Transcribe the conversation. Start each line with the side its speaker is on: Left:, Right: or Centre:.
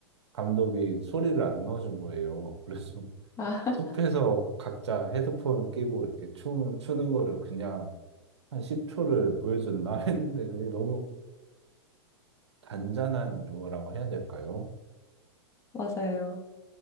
Right: 감독이 소리를 안 넣어준 거예요. 그래서
Left: 아,
Right: 숲에서
Left: <laughs>
Right: 각자 헤드폰 끼고 이렇게 춤 추는 거를 그냥 한 10초를 보여줬나 <laughs> 했는데 그게 너무 단짠한 유머라고 해야 될까요?
Left: 맞아요.